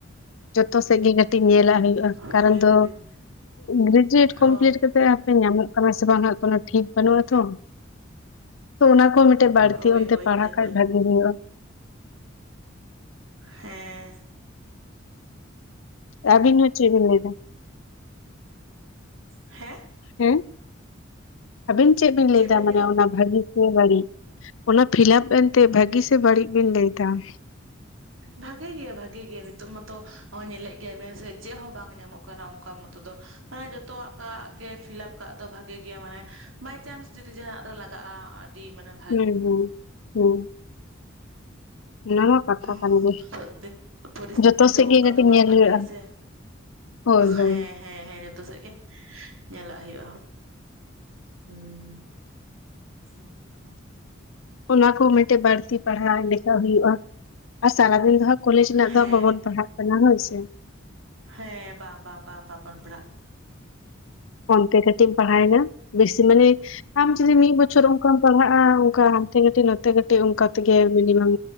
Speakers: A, on the left; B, on the right.
A: ᱡᱚᱛᱚ ᱥᱮᱜ ᱜᱮ ᱠᱟ ᱛᱤᱧ ᱧᱮᱞᱟᱜ ᱦᱩᱭᱩᱜᱼᱟ
B: ᱦᱳᱭ
A: ᱠᱟᱨᱚᱱ ᱫᱚ
B: ᱦᱳᱭ ᱦᱳᱭ
A: ᱜᱨᱮᱡᱩᱭᱮᱴ ᱠᱚᱢᱯᱞᱤᱴ
B: ᱦᱳᱭ
A: ᱠᱟᱛᱮ ᱦᱟᱯᱮ ᱧᱟᱢᱚᱜ ᱠᱟᱱᱟᱭ ᱥᱮ ᱵᱟᱝ ᱦᱸᱟᱜ ᱠᱚᱱᱚ ᱴᱷᱤᱠ ᱵᱟᱹᱱᱩᱜᱼᱟ ᱟᱱᱟ ᱛᱚ, ᱛᱚ ᱚᱱᱟ ᱠᱚ ᱢᱤᱫᱴᱮᱡ ᱵᱟᱲᱛᱤ
B: ᱦᱳᱭ
A: ᱚᱱᱛᱮ
B: ᱦᱳᱭ
A: ᱯᱟᱲᱦᱟᱜ
B: ᱦᱳᱭ
A: ᱠᱷᱟᱡ
B: ᱦᱳᱭ
A: ᱵᱷᱟᱜᱤ ᱦᱩᱭᱩᱜᱼᱟ᱾
B: ᱦᱮᱸᱻ
A: ᱟᱵᱤᱱ ᱦᱚᱸ ᱪᱮᱜ ᱵᱤᱱ ᱞᱟᱹᱭᱫᱟ?
B: ᱦᱮᱸ?
A: ᱦᱮᱸ ᱟᱵᱤᱱ ᱪᱮᱜ ᱵᱤᱱ ᱞᱟᱹᱭᱫᱟ
B: ᱪᱮᱫ ᱵᱮᱱ
A: ᱢᱟᱱᱮ ᱚᱱᱟ ᱵᱷᱟᱜᱤ ᱥᱮ ᱵᱟᱲᱤᱡ, ᱚᱱᱟ ᱯᱷᱤᱞᱟᱯ ᱮᱱᱛᱮ ᱵᱷᱟᱜᱤ ᱥᱮ ᱵᱟᱹᱲᱤᱡ ᱵᱤᱱ ᱞᱟᱹᱭ ᱫᱟ ᱾
B: ᱵᱷᱟᱜᱮ ᱜᱮᱭᱟ ᱵᱷᱟᱜᱮ ᱜᱮᱭᱟ ᱱᱤᱛᱚᱜ ᱢᱟᱛᱚ ᱦᱚᱸᱜᱼᱚᱭ ᱧᱮᱞᱮᱫ ᱜᱮᱭᱟ ᱵᱮᱱ ᱥᱮ ᱪᱮᱜ ᱦᱚᱸ ᱵᱟᱝ ᱧᱟᱢᱚᱜ ᱠᱟᱱᱟ ᱚᱱᱠᱟ ᱢᱚᱛᱚ ᱫᱚ ᱢᱟᱱᱮ ᱡᱚᱛᱚᱣᱟᱜ ᱠᱟᱜ ᱜᱮ ᱯᱷᱤᱞᱟᱯ ᱠᱟᱜ ᱫᱚ ᱵᱷᱟᱜᱮ ᱜᱮᱭᱟ ᱢᱟᱱᱮ ᱵᱟᱭᱪᱟᱱᱥ ᱡᱩᱫᱤ ᱡᱟᱦᱟᱱᱟᱜ ᱨᱮ ᱞᱟᱜᱟᱜᱼᱟ ᱫᱤ ᱢᱟᱱᱮᱢ
A: ᱦᱮᱸ ᱦᱩᱸ ᱦᱩᱸ ᱚᱱᱟ ᱢᱟ ᱠᱟᱛᱷᱟ
B: <unintelligible>
A: ᱠᱟᱱ ᱜᱮ
B: ᱯᱚᱨᱤᱥᱛᱤᱛᱷᱤ
A: ᱡᱚᱛᱚ
B: ᱛᱚ
A: ᱥᱮᱫ ᱜᱮ
B: ᱚᱱᱠᱟ
A: ᱠᱟᱹᱴᱤᱡ
B: ᱫᱚ ᱵᱟᱝ
A: ᱧᱮᱞ
B: ᱵᱷᱟᱜᱮᱭᱟ
A: ᱦᱩᱭᱩᱜᱼᱟ
B: ᱥᱮ
A: ᱦᱳᱭ ᱦᱳᱭ
B: ᱦᱮᱸ ᱦᱮᱸ ᱦᱮᱸ ᱡᱚᱛᱚ ᱥᱮᱜ ᱜᱮ ᱧᱮᱞᱟᱜ ᱦᱩᱭᱩᱜᱼᱟ ᱦᱩᱸ ᱾ ᱱᱸᱠᱟ
A: ᱚᱱᱟ ᱠᱚ ᱢᱤᱫᱴᱮᱡ ᱵᱟᱲᱛᱤ ᱯᱟᱲᱦᱟᱣ ᱞᱮᱠᱟ ᱦᱩᱭᱩᱜᱼᱟ ᱟᱨ ᱥᱟᱨᱟᱫᱤᱱ ᱫᱚ ᱦᱟᱸᱜ ᱠᱚᱞᱮᱡᱽ ᱨᱮᱱᱟᱜ
B: ᱦᱮᱸ
A: ᱫᱚ ᱵᱟᱵᱚᱱ ᱯᱟᱲᱦᱟᱜ ᱠᱟᱱᱟ ᱦᱳᱭ ᱥᱮ᱾
B: ᱦᱮᱸ ᱵᱟᱝ ᱵᱟᱝ ᱵᱟᱝ ᱵᱟᱵᱚᱱ ᱯᱟᱲᱦᱟᱜ ᱠᱟᱱᱟ᱾
A: ᱚᱱᱛᱮ ᱠᱟᱹᱴᱤᱡ ᱯᱟᱲᱦᱟᱭᱱᱟ ᱵᱮᱥᱤ ᱢᱟᱱᱮ ᱟᱢ ᱡᱩᱫᱤ ᱢᱤᱫ ᱵᱚᱪᱷᱚᱨ ᱚᱝᱠᱟᱢ ᱯᱟᱲᱦᱟᱜᱼᱟ ᱚᱝᱠᱟ ᱦᱟᱱᱛᱮ ᱠᱟᱹᱴᱤᱡ ᱱᱚᱛᱮ ᱠᱟᱹᱴᱤᱡ ᱚᱝᱠᱟ ᱛᱮᱜᱮ ᱢᱤᱱᱤᱢᱟᱢ